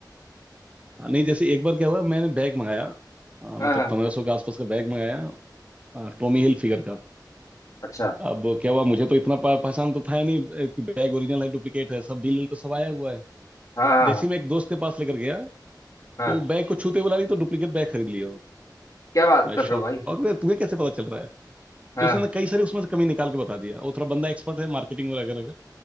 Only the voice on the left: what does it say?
हाँ
हाँ
अच्छा
हाँ हाँ
हाँ
हाँ।
क्या बात
कर रहे
हो भाई
हाँ